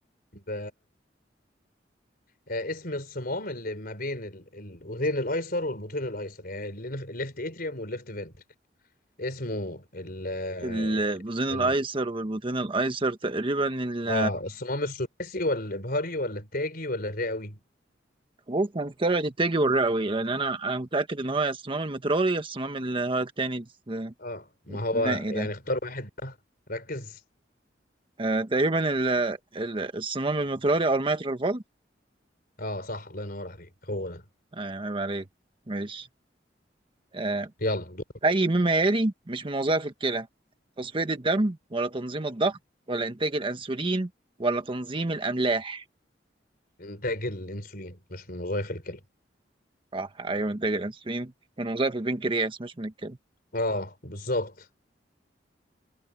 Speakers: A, on the left; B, on the right.
A: ب... آه، اسم الصمام اللي ما بين ال- الأذين الأيسر والبطين الأيسر يعني الليف- الليفت اتريوم والليفت فنتركل اسمه ال آه،
B: البطين الأيسر
A: ال
B: والبطين الأيسر تقريبا ال
A: اه الصمام الثلاثي ولا الإبهاري ولا التاجي ولا الرئوي
B: بص هنستبعد التاجي والرئوي لأن أنا أنا متأكد إن هو يا الصمام المترالي يا الصمام اللي هو التاني الس-
A: اه ما
B: الثنائي
A: هو يعني
B: ده
A: اختار واحد بقى، ركز
B: آه تقريبا ال... ال- الصمام المترالي أو الميترال فولف
A: اه صح الله ينور عليك هو ده
B: آه عيب عليك ماشي آه،
A: يلا دور
B: أي مما يلي مش من وظائف الكلى تصفية الدم ولا تنظيم الضغط ولا إنتاج الأنسولين ولا تنظيم الأملاح
A: إنتاج الأنسولين مش من وظائف الكلى
B: صح أيوه إنتاج الأنسولين من وظائف البنكرياس مش من الكلى
A: اه بالظبط